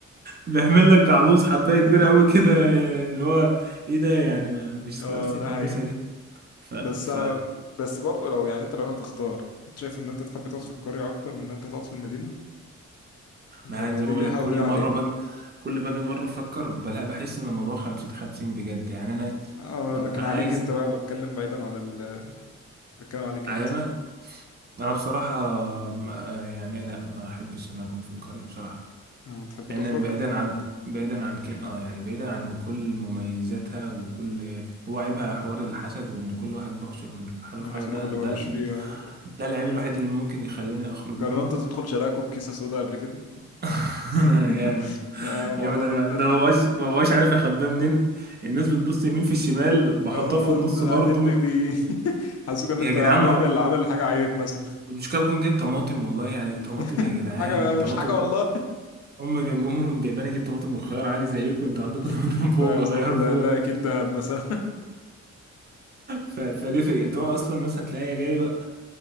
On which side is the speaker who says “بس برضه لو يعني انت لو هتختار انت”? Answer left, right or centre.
Left